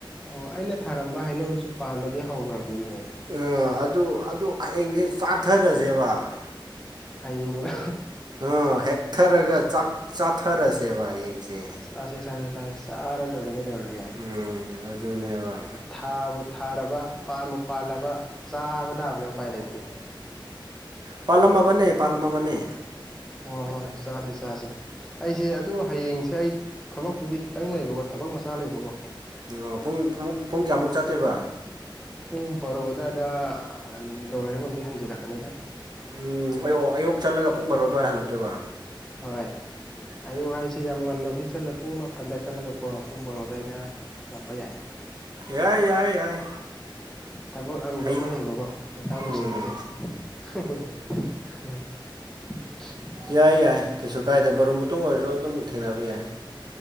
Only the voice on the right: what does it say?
ꯑ ꯑꯗꯨ ꯑꯗꯨ ꯍꯌꯦꯡꯁꯦ ꯆꯥꯊꯔꯁꯦꯕ
ꯑꯥ ꯍꯦꯛꯊꯔꯒꯥ ꯆꯥꯊꯔꯁꯦꯕ ꯍꯥꯌꯦꯡꯁꯦ
ꯎꯝ ꯑꯗꯨꯅꯦꯕ
ꯄꯥꯥꯜꯂꯝꯃꯕꯅꯦ ꯄꯥꯜꯂꯝꯃꯕꯅꯦ
ꯑꯣ ꯄꯨꯡꯃꯨꯛ ꯄꯨꯡ ꯀꯌꯥꯃꯨꯛ ꯆꯠꯇꯣꯏꯕ
ꯎꯝ ꯑꯩꯌꯨꯛ ꯆꯠꯂꯒ ꯄꯨꯡ ꯕꯥꯔꯣ ꯑꯗꯨꯋꯥꯏ ꯍꯜꯂꯛꯇꯣꯏꯕ
ꯌꯥꯏ ꯌꯥꯏ ꯌꯥꯏ
ꯍꯩ
ꯎꯝ
ꯌꯥꯏ ꯌꯥꯏ ꯀꯩꯁꯨ ꯀꯥꯏꯗꯦ ꯕꯔꯣ ꯃꯇꯨꯡ ꯑꯣꯏꯔꯁꯨ ꯑꯗꯨꯝ ꯊꯦꯡꯅꯕ ꯌꯥꯏ